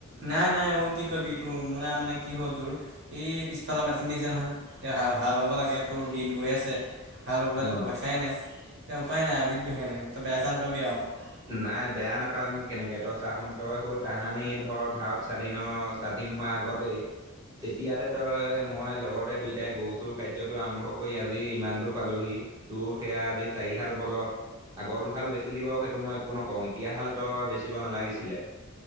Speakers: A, on the right; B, on the right.
A: নাই নাই অ' কি কবি তোৰ মনা মানে কি হ'ল তোৰ এই পিছফালৰ মাটিখিনি দেখিছা নহয় এতিয়া হা হাল বাব লাগে তোৰ দিন গৈ আছে হাল বাবলৈতো
B: ন
A: পইচাই নাই। এতিয়া উপায় নাই আৰু দি দিলো সিকাৰনে তই বেয়া চেয়া নাপাবি আৰু।
B: নাই বেয়া নাপায় কেনেকে তই চাহোন তই সু তাহানি ধৰ ভাৰত স্বাধীনৰ স্বাধীন হোৱাৰ আগতেই তেতিয়াতে তই মই লগতে দুইটাই গৰুচুৰ কাৰ্যটো আৰম্ভ কৰি আজি ইমান দূৰ পালোহি। তোৰ সেয়া আজি চাৰিহাল বলধ, আগৰ দুহাল বেচিলি বাৰু সে মই একো নকওঁ এতিয়াহাল তই বেচিব নালাগিছিলে।